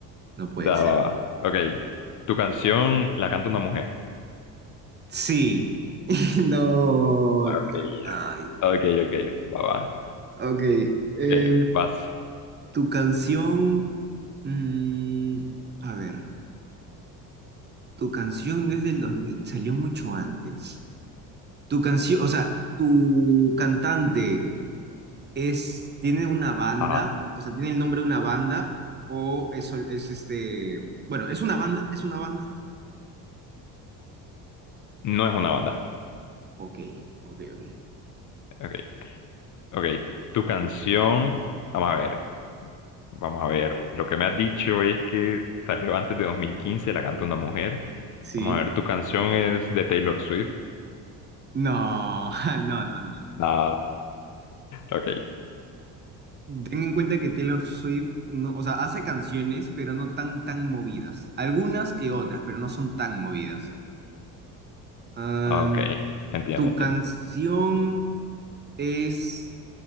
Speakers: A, on the right; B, on the left.
A: No puede
B: Da,
A: ser.
B: va, va. Ok. Tu canción la canta una mujer.
A: Sí, <laughs> no.
B: Ah, Ok.
A: Ay,
B: Ok, ok. Va, va.
A: ok. eh,
B: Ok, vas.
A: tu canción, mm, a ver, Tu canción es del 2000, salió mucho antes. Tu canción, o sea, tu cantante es, tiene una banda,
B: Ajá.
A: o sea, tiene el nombre de una banda, o es, sol- es este, bueno, es una banda, es una banda.
B: No es una banda.
A: Ok, ok, ok.
B: Ok. Ok. Tu canción. Vamos a ver. Vamos a ver. Lo que me has dicho es que salió antes de dos mil quince la canta una mujer.
A: Sí.
B: Vamos a ver. Tu canción es de Taylor Swift.
A: No, <laughs> no, no, no.
B: Da. Ok.
A: Ten en cuenta que Taylor Swift, no, o sea, hace canciones, pero no tan, tan movidas. Algunas que otras, pero no son tan movidas. Am,
B: Ok. Entiendo,
A: tu
B: entiendo.
A: canción es